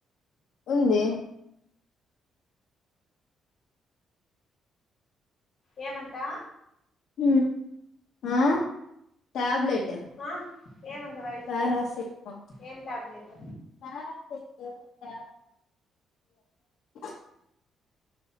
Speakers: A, on the left; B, on the left.
A: ఉందిే
B: ఏమంటా
A: హ ఆ ట్యాబ్లెట్
B: ఆ ఏమంత వయసు
A: పారాసిట్ మా
B: ఏం టాబ్లెట్
A: పారసట్ కాదు <unintelligible>